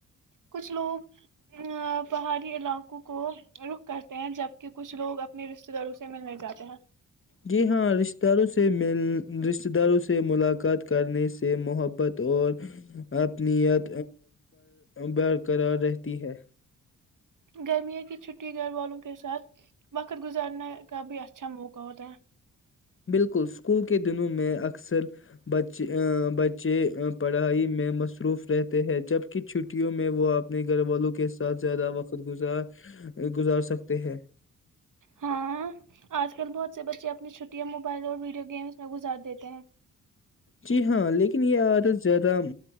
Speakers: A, on the right (about 55°); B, on the left (about 35°).
A: کچھ لوگ ا پہاڑی علاقوں کو رخ کرتے ہیں جبکہ کچھ لوگ اپنے رشتتے داروں سے ملنے جاتے ہیں
B: جی ہاں رشتتے داروں سے مل رشتتے داروں سے ملاقات کرنے سے محبت اور اپنیت برقرار رہتی ہے
A: گرمیوں کی چھٹی گھر والوں کے ساتھ وقت گزارنے کا بھی اچھا موقع ہوتا ہے
B: بالکل اسکول کے دنوں میں اکثر بچے بچے پڑھائی میں مصروف رہتے ہیں جب کی چھٹیوں میں وہ اپنے گھر والوں کے ساتھ زیادہ وقت گزار گزار سکتے ہیں
A: ہاں آج کل بہت سے بچے اپنی چھٹیاں موبائل اور ویڈیو گیمز میں گزار دیتے ہیں
B: جی ہاں لیکن یہ عادت زیادہ